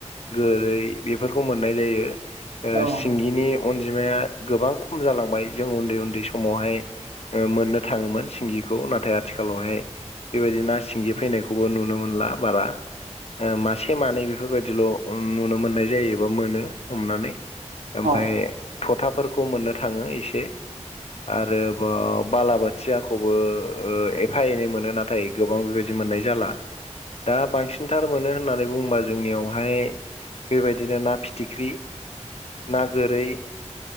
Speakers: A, on the left; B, on the right.
A: गोरै बेफोरखौ मोननाय जायो ओ
B: औ
A: सिंगिनि अनजिमाया गोबां खम जालांबाय। जों उन्दै उन्दै समावहाय ओ मोननो थाङोमोन सिंगिखौ नाथाय आथिखालावहाय बेबायदि ना सिंगि फैनायखौबो नुनो मोनला बारा ओ मासे मानै बेफोरबायदिल' नुनो मोननाय जायोबा मोनो हमनानै। ओमफ्राय
B: औ
A: थथाफोरखौ मोननो थाङो एसे। आरो बाव बालाबाथियाखौबो ओ एफा एनै मोनो नाथाय गोबां बेबायदि मोननाय जाला।
B: <inaudible>
A: दा बांसिनथार मोनो होननानै बुंङोबा जोंनियावहाय बेबायदिनो ना फिथिख्रि, ना गोरै